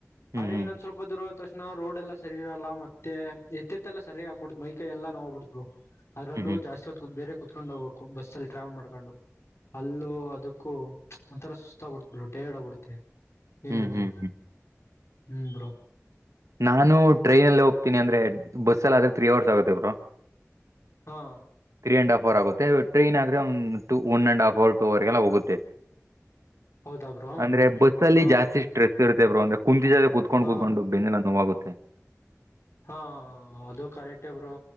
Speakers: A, on the right (about 75°); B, on the left (about 55°).
A: ಹ್ಮ್
B: ಅರೆ
A: ಹ್ಮ್
B: ಇನ್ನೊಂದ್ ಸ್ವಲ್ಪ ದೂರವತ ಅಷ್ಟು ತಣ ರೋಡ್ ಎಲ್ಲ ಸರಿ ಇರಲ್ಲ ಮತ್ತೆ ಎತ್ತತ್ತ ಎಲ್ಲ ಸರಿಯಾಗಿ ಆಕ್ಬಿಡ್ತು ಮೈಕೈ ಎಲ್ಲ ನೋವು ಬಿಡ್ತ್ವು ಅರಲ್ಲೂ
A: ಹ್ಮ್
B: ಜಾಸ್ತಿ ಹೊದತ್ತ ಬೇರೆ ಕುತ್ಕೊಂಡು ಹೋಗ್ಬೇಕು ಬಸ್ ಅಲ್ಲಿ ಟ್ರಾವೆಲ್ ಮಾಡ್ಕೊಂಡು ಅಲ್ಲೂ ಅದಕ್ಕೂ ಒಂಥರ ಸುಸ್ತ ಆಬಿಡ್ತ ಟೈರ್ಡ್ ಆಬಿಡುತ್ತೆ ಏನೇಂದ್ರು
A: ಹ್ಮ್ ಹ್ಮ್ ಹ್ಮ್ ಹ್ಮ್
B: ಹ್ಮ ಬ್ರೋ
A: ನಾನು ಟ್ರೈನಲ್ಲಿ ಹೋಗ್ತೀನಿ ಅಂದ್ರೆ ಬಸ್ಸಲ್ಲಿ ಆದ್ರೆ ತ್ರ್ರೀ ಅವರ್ಸ್ ಆಗುತ್ತೆ ಬರು
B: ಹಾ
A: ತ್ರೀ ಅಂಡ್ ಫೋರ್ ಆಗುತ್ತೆ ಟ್ರೈನ್ ಆದೆ one and half hour two ಅವರ್ಗೆಲ್ಲ ಹೋಗುತ್ತೆ
B: ಹೌದಾ ಬ್ರೋ
A: ಅಂದ್ರೆ ಬಸ್ ಅಲ್ಲಿ
B: ಹಾ
A: ಜಾಸ್ತಿ ಸ್ಟ್ರೆಸ್ ಇರುತ್ತೆ ಬ್ರೋ ಒಂದು ಕುಂತಿದ್ರೆ ಕುತ್ಕೊಂಡು
B: ಹಾ
A: ಕುತ್ಕೊಂಡು ಬೆನ್ನೆ ಕೂತ್ತೆ
B: ಹಾ ಅದು ಕರೆಟ್ಟೆ ಬ್ರೋ